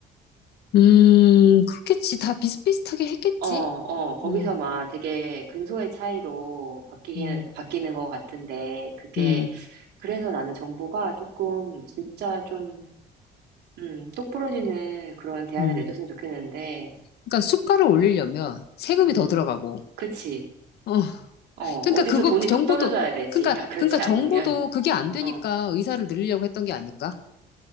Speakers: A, on the left (about 70°); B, on the right (about 75°).
A: 음, 그렇겠지. 다 비슷비슷하게 했겠지?
B: 어, 어, 거기서
A: 음,
B: 막 되게 근소의 차이로 바뀌는,
A: 음,
B: 바뀌는 것 같은데, 그게,
A: 음,
B: 그래서 나는 정부가 조금, 진짜 좀, 음, 똑 부러지는 그런 대안을
A: 음.
B: 내줬으면 좋겠는데,
A: 그러니까 수가를 올리려면 세금이
B: 음,
A: 더 들어가고,
B: 그치.
A: 어,
B: 어, 어디서
A: 그러니까 그거,
B: 돈이
A: 정부도,
B: 뚝 떨어져야 되지.
A: 그러니까,
B: <laughs> 아, 그렇지
A: 그러니까 정부도
B: 않으면.
A: 그게 안 되니까
B: 어,
A: 의사를 늘리려고 했던 게 아닐까?